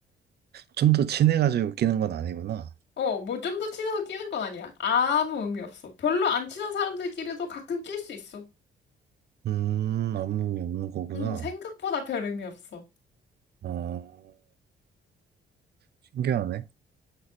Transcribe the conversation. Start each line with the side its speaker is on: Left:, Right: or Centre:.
Right: 좀 더 친해가지고 웃기는 건 아니구나.
Left: 어, 뭐 좀 더 친해서 끼는 건 아니야. 아무 의미 없어. 별로 안 친한 사람들끼리도 가끔 낄 수 있어.
Right: 음, 아무 의미 없는 거구나.
Left: 음, 생각보다 별 의미 없어.
Right: 어, 신기하네.